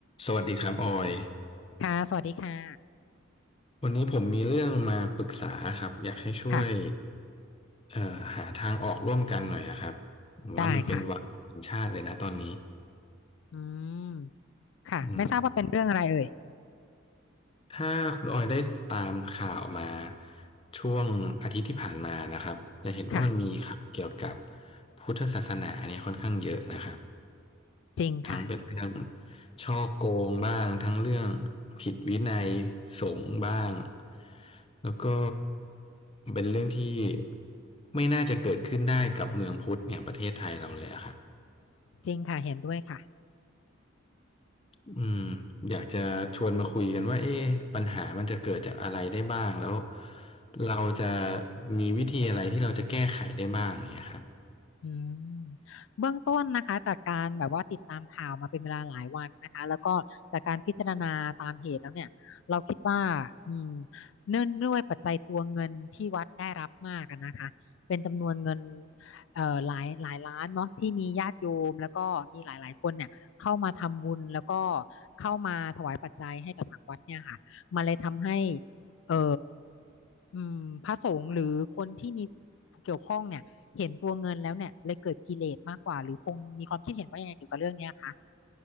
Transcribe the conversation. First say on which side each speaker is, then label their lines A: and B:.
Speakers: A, on the left; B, on the left.
A: สวัสดีครับออย
B: ค่ะ สวัสดีค่ะ
A: วันนี้ผมมีเรื่องมาปรึกษาครับอยากให้ช่วย
B: ค่ะ
A: เอ่อหาทางออกร่วมกันหน่อยอะครับผมว่ามันเป็นวาระของชาติเลยนะตอนนี้
B: ได้ค่ะ อืม ค่ะ
A: อืม
B: ไม่ทราบว่าเป็นเรื่องอะไรเอ่ย
A: ถ้าคุณออยได้ตามข่าวมาช่วงอาทิตย์ที่ผ่านมานะครับจะเห็นว่ามันมีข่าวเกี่ยวกับ
B: ค่ะ
A: พุทธศาสนาเนี่ยค่อนข้างเยอะนะครับ
B: จริงค่ะ
A: ทั้งเป็นเรื่องฉ้อโกงบ้างทั้งเรื่องผิดวินัยสงฆ์บ้างแล้วก็เป็นเรื่องที่ไม่น่าจะเกิดขึ้นได้กับเมืองพุทธอย่างประเทศไทยเราเลยอะครับ
B: จริงค่ะ เห็นด้วยค่ะ
A: อืมอยากจะชวนมาคุยกันว่าเอ๊ะปัญหามันจะเกิดจากอะไรได้บ้างแล้วเราจะมีวิธีอะไรที่เราจะแก้ไขได้บ้างเนี่ยครับ
B: อืมเบื้องต้นนะคะจากการแบบว่าติดตามข่าวมาเป็นเวลาหลายวันนะคะแล้วก็จากการพิจารณาตามเหตุแล้วเนี่ยเราคิดว่าอืมเนื่องด้วยปัจจัยตัวเงินที่วัดได้รับมากอะนะคะเป็นจำนวนเงินเอ่อหลายหลายล้านเนาะที่มีญาติโยมแล้วก็มีหลายๆคนเนี่ยเข้ามาทำบุญแล้วก็เข้ามาถวายปัจจัยให้กับทางวัดเนี่ยค่ะมันเลยทำให้ เอ่ออืมพระสงฆ์หรือคนที่มีเกี่ยวข้องเนี่ยเห็นตัวเงินแล้วเนี่ยเลยเกิดกิเลสมากกว่าหรือพงมีความคิดเห็นว่ายังไงเกี่ยวกับเรื่องเนี้ยคะ